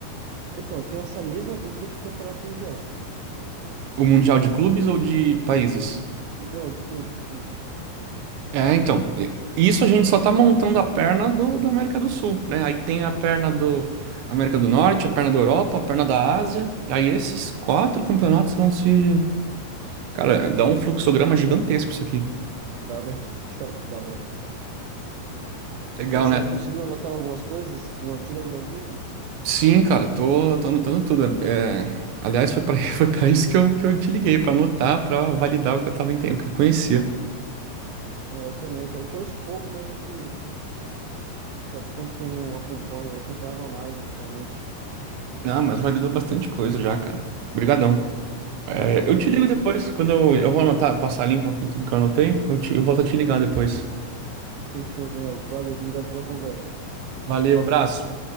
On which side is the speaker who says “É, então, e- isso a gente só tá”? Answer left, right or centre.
Right